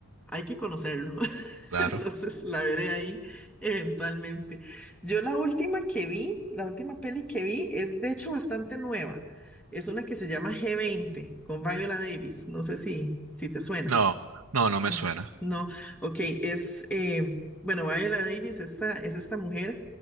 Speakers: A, in the centre; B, on the right.
A: hay que conocerlo. <laughs>
B: claro.
A: Entonces la veré ahí eventualmente. Yo la última que vi, la última peli que vi es de hecho bastante nueva. Es una que se llama g veinte con Viola Davis. No sé si, si te suena.
B: No, no, no me
A: Mm,
B: suena,
A: No, ok, es, eh, bueno, Viola Davis esta, es esta mujer